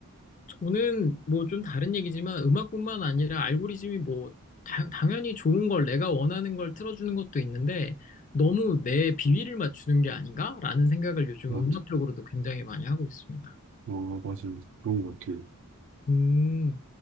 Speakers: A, on the left; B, on the right.
A: 돈은 뭐 좀 다른 얘기지만 음악뿐만 아니라 알고리즘이 뭐 다- 당연히 좋은 걸 내가 원하는 걸 틀어주는 것도 있는데 너무 내 비위를 맞추는 게 아닌가라는 생각을 요즘
B: 맞-
A: 음악적으로도 굉장히 많이 하고 있습니다.
B: 어, 맞아요. 그런 것 같아요.
A: 음,